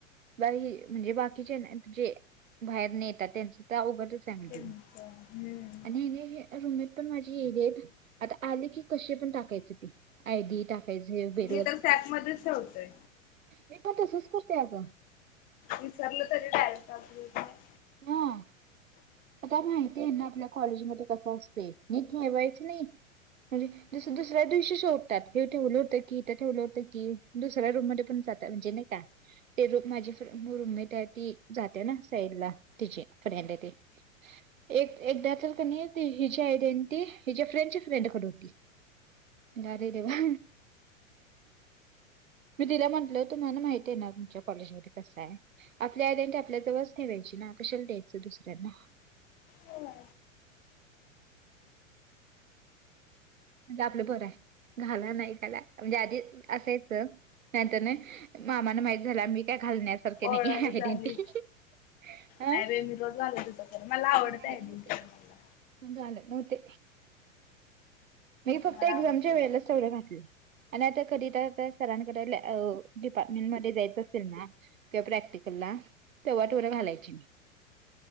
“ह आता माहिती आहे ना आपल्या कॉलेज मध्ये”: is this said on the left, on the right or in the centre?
Right